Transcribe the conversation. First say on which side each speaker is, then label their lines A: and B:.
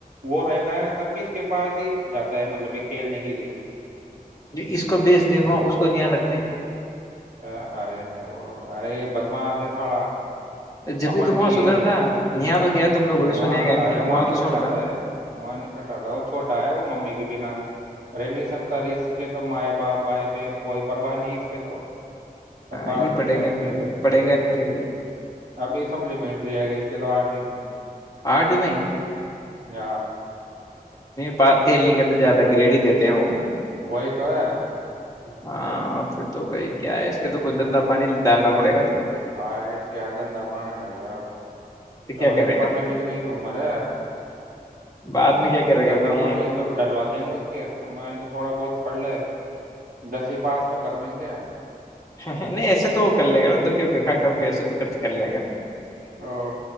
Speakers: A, on the right; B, on the left.
A: وہ رہتا ہے تب بھی اس کے پاس ہی جاتا ہے مطلب کہ کھیلنے کے لیے
B: اس کو بیچ دیں وہ اس کو نیا رکھتے
A: ا ارے نہیں وہ ارے یہ بدم سے ساڑا
B: جبھی
A: اپنڈ
B: تو وہاں
A: یہ
B: سدھرتا یہاں تو کیا تم لوگ بھی سنے
A: وہاں
B: گا
A: ارے وہاں نہیں
B: تو سنتا
A: کٹاتا ہے وہاں نہیں کٹاتا وہ چھوٹا ہے وہ ممی کے بنا رہ نہیں سکتا ت اس کے تو مائے باپ بھائی بہن کوئی پرواہ نہیں اس کے تو سب باہر
B: یہ
A: میں
B: پڑے
A: جائ
B: گا
A: اس
B: نہیں
A: کے لیے
B: پڑے گا نہیں پھر یار
A: ابھی سپلیمنٹری آئے گی اس کے تو آٹھویں میں
B: آرٹ میں
A: ہ
B: پ تھیل نہیں کرتے زیادہ گریڈ ہی دیتے ہیں وہ
A: وہی تو ہے
B: ہاں پھر تو بھائی کیا ہے اس کے تو کچھ گندہ پانی ڈالنا پڑے گا تہیں
A: کا ہے کیا دنداف نے ڈالایا تھا
B: کیا
A: ا ابھی
B: کرے
A: تو پڑھنے
B: گا
A: لکھنے کی عمر ہے
B: بعد میں کیا کرے
A: دندا
B: گا پھر یہ
A: پانی ایک تو ڈلوا دیں گے اس کے میں تھوڑا بہت پڑھ لے دسویں پاس تو کر میں کے
B: نہیں ایسے تو کر لے گا تو کی کر کھا کاؤ گی ایسا تو کچ کر لے گا
A: او